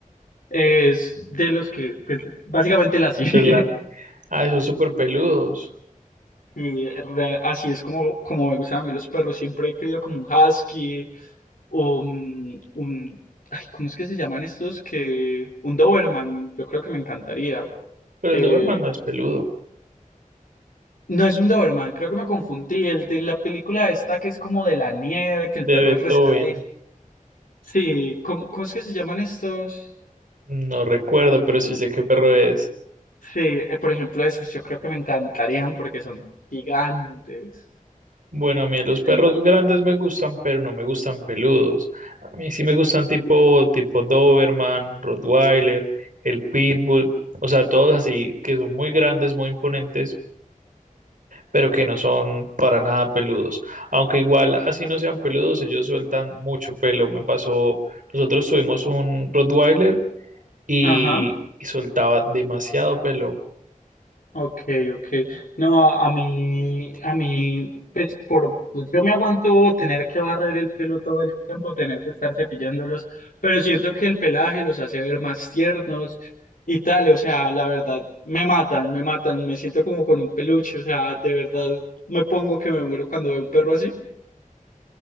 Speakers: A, on the left; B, on the right.
A: Es de los que, pues, básicamente Lassie.
B: es la...
A: <laughs>
B: Ah, son súper peludos,
A: Y re- así es como, como me gustan a mí los perros. Siempre he querido como un husky o un, un- ay, ¿cómo es que se llaman estos? Que, un Doberman, yo creo que me encantaría.
B: pero
A: Eh,
B: el Doberman no es peludo.
A: no es un Doberman, creo que me confundí. El de la película esta que es como de la nieve, que
B: De
A: el perro
B: Beethoven,
A: es rescate. Sí, ¿cómo, cómo es que se llaman estos?
B: no recuerdo, pero sí sé qué perro es.
A: Sí, eh, por ejemplo, esos yo creo que me encantarían porque son gigantes.
B: Bueno, a mí los perros
A: Sí.
B: grandes me gustan, pero no me gustan peludos. A mí sí me gustan tipo, tipo Doberman, Rottweiler, el Pitbull, o sea, todos así que son muy grandes, muy imponentes, pero que no son para nada peludos. Aunque igual así no sean peludos, ellos sueltan mucho pelo. Me pasó, nosotros tuvimos un Rottweiler y,
A: Ajá.
B: y soltaba demasiado pelo.
A: Ok, ok. No, a mí, a mí, pues por, pues, yo me aguanto tener que barrer el pelo todo el tiempo, tener que estar cepillándolos, pero siento que el pelaje los hace ver más tiernos y tal, o sea, la verdad, me matan, me matan, me siento como con un peluche, o sea, de verdad, me pongo que me muero cuando veo un perro así,